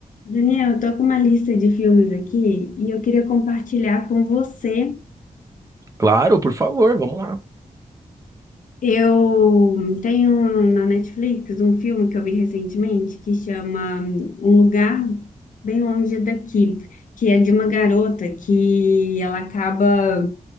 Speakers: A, on the left; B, on the right.
A: Daniel, eu tô com uma lista de filmes aqui e eu queria compartilhar com você
B: Claro, por favor, vamos lá.
A: Eu tenho na Netflix um filme que eu vi recentemente que chama Um Lugar Bem Longe Daqui, que é de uma garota que ela acaba